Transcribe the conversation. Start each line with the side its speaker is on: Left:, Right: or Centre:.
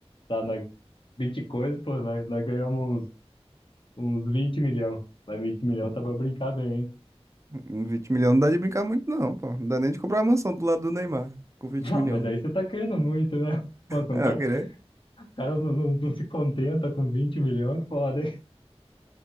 Left: tá na Bitcoin, pô, nós, nós ganhamos Uns 20 milhão. Mas 20 milhão tá pra brincar bem, hein?
Right: Com 20 milhões não dá de brincar muito, não, pô. Não dá nem de comprar uma mansão do lado do Neymar com vinte
Left: Não,
Right: milhões.
Left: mas daí você tá querendo muito, né? Pô, você
Right: Ah,
Left: não tá...
Right: querer?
Left: O cara não, não, não se contenta com vinte milhões, é foda, hein?